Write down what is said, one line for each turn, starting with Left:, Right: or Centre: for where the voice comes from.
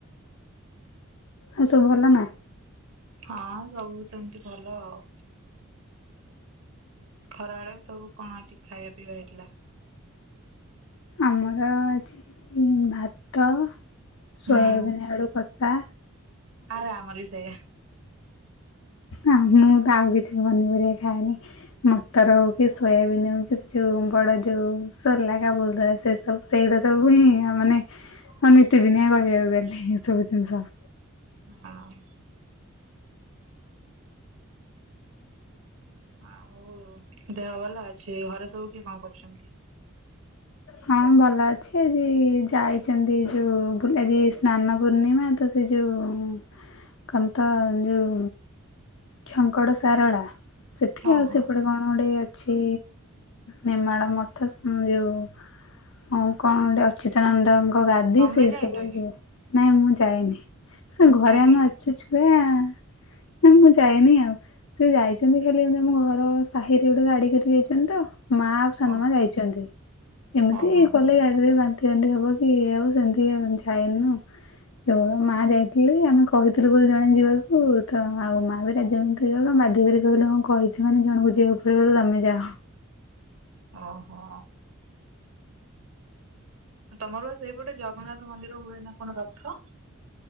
Left: ଆଉ ସବୁ ଭଲ ନା?
Right: ହଁ ସବୁକିଛି ସେମିତି ଭଲ ଆଉ। ଖରାବେଳେ ସବୁ କଣ ଆଜି ଖାଇବା ପିଇବା ହେଇଥିଲା?
Left: ଆମର ଆଜି ଭାତ, ସୋୟାବିନ୍
Right: ହୁଁ
Left: ଆଳୁ କ ଷା
Right: ଆରେ ଆମର ବି ସେଇଆ।
Left: ଆଉ ମୁଁ ତ ଆଉ କିଛି ପନିପରିବା ଖାଏନି। ମଟର ହଉ କି, ସୋୟାବିନ୍ ହଉ କି ଯୋଉ ବଡ଼ ଯୋଉ ସେଲା କାବୁଲ୍ ବୁଟ ସେ ସବୁ ସେଇଟା ସବୁ ହିଁ ମାନେ ଆଉ ନିତି ଦିନିଆ କହିବାକୁ ଗଲେ ଏସବୁ ଜିନିଷ।
Right: ହଁ ଆ ହଉ ଦେହ ଭଲ ଅଛି, ଘରେ ସବୁ କିଏ କଣ କରୁଛନ୍ତି?
Left: ହଁ ଭଲ ଅଛି ଆଜି ଯାଇଚନ୍ତି ଯୋଉ ବୁ ଆଜି ସ୍ନାନ ପୂର୍ଣ୍ଣିମା ତ ସେ ଯେଉଁ କନ ତ ଯୋଉ ଝଙ୍କଡ ଶାରଳା ସେଠି
Right: ଓହୋ
Left: ଆଉ ସେପଟେ କଣ ଗୋଟେ ଅଛି ନେମାଳ ମଠ ଯୋଉଁ ଆଉ କଣ ଗୋଟେ ଅଚ୍ୟୁତାନନ୍ଦଙ୍କ ଗାଦି
Right: ତମେ
Left: ସେଇଟି
Right: ଯାଇନ
Left: ସବୁ
Right: କି
Left: ଯିବୁ। ନାଇଁ ମୁଁ ଯାଇନି। ଏ ଘରେ
Right: କାହିଁକି?
Left: ଆମେ ଅଛୁ ଛୁଆ, ନା ମୁଁ ଯାଏନି ଆଉ। ସେ ଯାଇଛନ୍ତି ଖାଲି ଏମିତି ଆମ ଘର ସାହିରେ ଗୋଟେ ଗାଡି କରି ଯାଇଛନ୍ତି ତ ମା ଆଉ ସାନମା
Right: ଓହୋ
Left: ଯାଇଛନ୍ତି। ଏମିତି
Right: ଓହୋ
Left: ଗଲେ ଗାଡିରେ ବାନ୍ତି ଫାନ୍ତି ହବ କି ଇଏ ହବ ସେମିତି ଯାଇନୁ କେବଳ ମା ଯାଇଥିଲେ ଆମେ କହିଥିଲୁ ବୋଲି ଜଣେ ଯିବାକୁ ତ ଆଉ ମା ବି ରାଜି ହଉ ନଥିଲେ ବାଧ୍ୟକିରି କହିଲୁ ହଁ କହିଛୁ ମାନେ ଜଣକୁ ଯିବାକୁ ପଡିବ ତ ତମେ ଯାଅ।
Right: ଓହୋ ତମର ବା ସେଇପଟେ ଜଗନ୍ନାଥ ମନ୍ଦିର ହୁଏ ନା କଣ ରଥ?